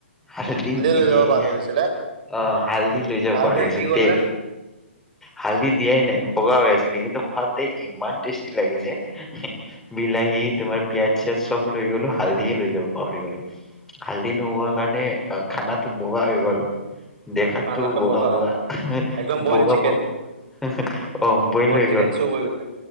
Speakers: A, in the centre; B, on the right (about 45°).
A: হালধি নিদি
B: লৈ যাব
A: কিনাই,
B: পাহৰি গৈছিলে
A: অ হালধি লৈ যাব
B: তাৰপিছত
A: পাহৰি গৈছো
B: কি কৰিলে
A: তেল। হালধি দিয়াই নাই, বগা হৈ আছিলে কিন্তু খোৱাতে ইমান টেষ্টি লাগি যে। বিলাহী তোমাৰ পিয়াজ - চিয়াজ চব লৈ গলো, হালধিয়ে লৈ যাব পাহৰি গলো। হালধি নোহোৱা কাৰণে অ খানাটো বগা হৈ গল। দেখাতো
B: খানাটো
A: বগা বগা
B: হয়
A: এহে
B: একদম বইল
A: বগা
B: চিকেন
A: বগ অ বইল হৈ
B: চিকেন
A: গ'ল।
B: চুপ হৈ গৈছে